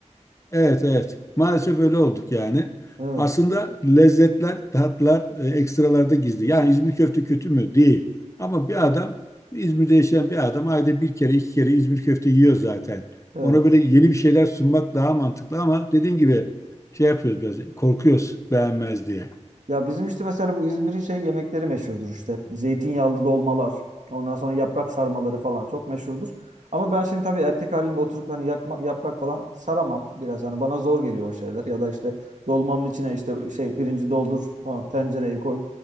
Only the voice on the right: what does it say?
Evet.
Evet.
Ya bizim işte mesela bu İzmir'in şey yemekleri meşhurdur işte. Zeytinyağlı dolmalar, ondan sonra yaprak sarmaları falan çok meşhurdur. Ama ben şimdi tabii erkek halimle oturup hani yakma, yaprak falan saramam biraz. Hani bana zor geliyor o şeyler. Ya da işte dolmanın içine işte şey pirinci doldur falan tencereye koy